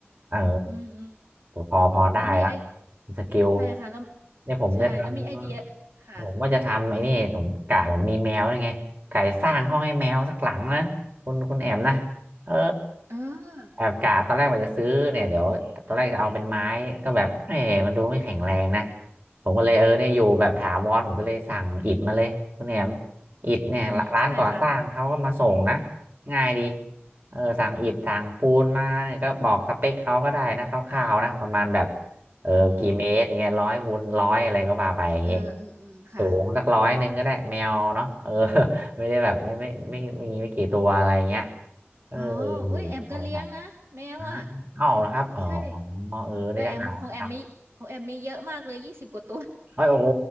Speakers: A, on the right (about 50°); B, on the right (about 75°).
A: เออ
B: อืมอืม
A: แต่พอพอได้ละ
B: แล้วมีไอ
A: สกิล
B: ใช่ค่ะแล้ว
A: เนี่ยผมจะท
B: ใช่แล้วมีไอเดียค่ะ
A: ำผมว่าจะทำไอ้นี่ผมกะผมมีแมวยังไงไก่สร้างห้องให้แมวสักหลังนะคุณคุณแอมนะเออ
B: เออ
A: แอบกะตอนแรกว่าจะซื้อเนี่ยเดี๋ยวตอนแรกจะเอาเป็นไม้ก็แบบเออมันดูไม่แข็งแรงนะผมก็เลยเออเนี่ยอยู่แบบถาวรผมก็เลยสั่งอิฐมาเลยคุณแอมอิฐเนี่ยร้านก่อสร้างเขาก็มาส่งนะ
B: อืมใช่ค่ะ
A: ง่ายดี เออสั่งอิฐสั่งปูนมาเนี่ยก็บอกสเปคเขาก็ได้นะคร่าวๆนะประมาณแบบเออกี่เมตรเงี้ยร้อยคูณร้อยอะไรก็ว่าไปอย่างงี้
B: อืมเออเออเออค่ะ
A: สูงสักร้อยหนึ่งก็ได้แมวเนาะเออ <laughs> ไม่ได้แบบไม่ไม่ไม่ไมมีไม่กี่ตัวอะไรเงี้ยเออ
B: อ๋ออุ้ยแอมก็เลี้ยงนะแมวอ่ะ
A: ใช่ครับอ้าวเอาเหรอครับอ๋อ
B: ใช่
A: เออนี่จะหาท
B: แต่แอมของแอมมีของแอมมีเยอะมากเลยยี่สิบกว่าตัว
A: ำเฮ้ยโอ้โห